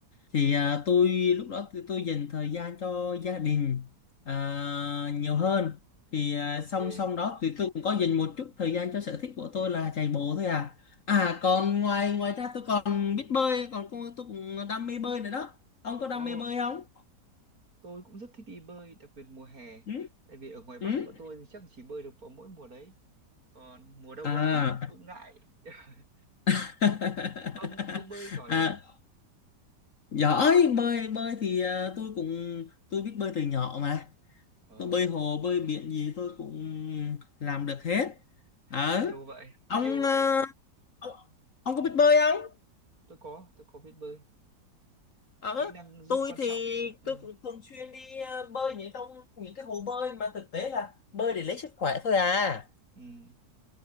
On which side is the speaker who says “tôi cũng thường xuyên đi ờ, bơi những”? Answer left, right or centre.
Left